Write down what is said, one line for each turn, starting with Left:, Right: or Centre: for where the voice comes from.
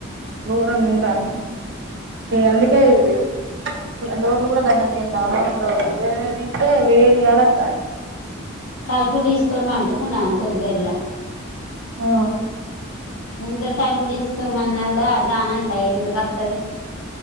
Right: దూరంగా ఉంటాను అందుకే ఇ డోర్లు కూడా దగ్గరికేద్దామని వేడే తీత్తే తింటే వేడి గాలోత్తాంది
Left: తలుపులు తీసుకొని పండుకున్నాను పొద్దుల్లా
Right: ఆ
Left: ఎంత తలుపులు తీసుకొని మన్నా అ దానంతా ఇంటికొత్తది